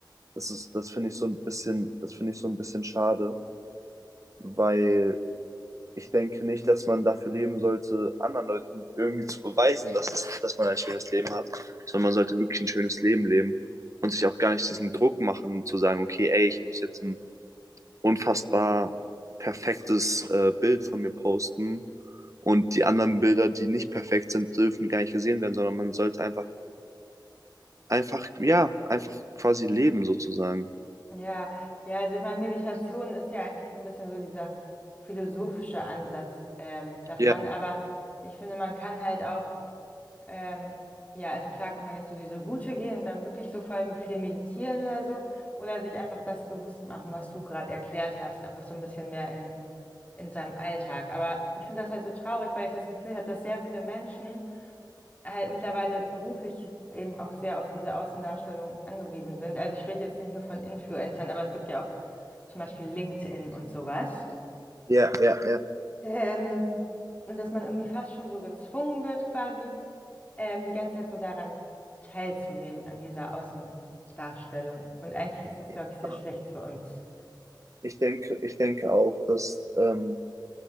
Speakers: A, on the right; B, on the left.
A: Das ist, das finde ich so ein bisschen, das finde ich so ein bisschen schade, weil ich denke nicht, dass man dafür leben sollte, anderen Leuten irgendwie zu beweisen, dass, es, dass man ein schönes Leben hat, sondern man sollte wirklich ein schönes Leben leben und sich auch gar nicht diesen Druck machen, zu sagen, okay, ey, ich muss jetzt ein unfassbar perfektes äh, Bild von mir posten und die anderen Bilder, die nicht perfekt sind, dürfen gar nicht gesehen werden, sondern man sollte einfach, einfach, ja, einfach quasi leben sozusagen.
B: Ja, ja, also ich meine, Meditation ist ja eigentlich so ein bisschen so dieser philosophische Ansatz ähm, davon,
A: Ja,
B: aber ich finde, man kann halt auch, ähm, ja, also klar kann man jetzt so diese Route gehen und dann wirklich so voll viel meditieren oder so, oder sich einfach das bewusst machen, was du gerade erklärt hast, einfach so ein bisschen mehr in, in seinem Alltag. Aber ich finde das halt so traurig, weil ich das Gefühl habe, dass sehr viele Menschen halt mittlerweile beruflich eben auch sehr auf diese Außendarstellung angewiesen sind. Also ich rede jetzt nicht nur von Influencern, aber es gibt ja auch zum Beispiel LinkedIn und sowas.
A: ja, ja,
B: Ähm, und dass man irgendwie fast schon so gezwungen wird, quasi ähm, die ganze Zeit so daran teilzunehmen, an dieser Außendarstellung. Und eigentlich ist das, glaube
A: ja.
B: ich, sehr schlecht für uns.
A: Ich denke, ich denke auch, dass, ähm,